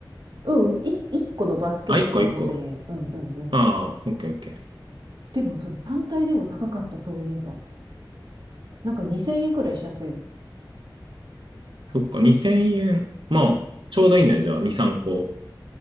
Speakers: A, on the right; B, on the right.
A: うん、い、1個のバスケットが5000円。
B: あ、1個1個。
A: うん、うん、うん。
B: ああ、オッケーオッケー。
A: でもそれ単体でも高かった、そういえば。なんか2000円ぐらいしちゃったよ。
B: そっか、2000円。まあ、ちょうどいいんじゃないじゃあ、2、3個。